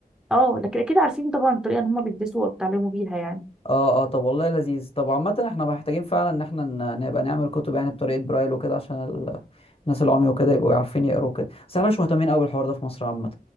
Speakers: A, in the centre; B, on the left.
A: اه لكن اكيد عارفين طبعا الطريقه ان هما بيدرسوا وبيتعلموا بيها يعني
B: اه اه طب والله لذيذ طب عامة احنا محتاجين فعلا ان احنا ن- نبقى نعمل كتب يعني بطريقة برايل وكده عشان ال- الناس العمي وكده يبقوا عارفين يقروا كده بس احنا مش مهتمين قوي بالحوار ده في مصر عامة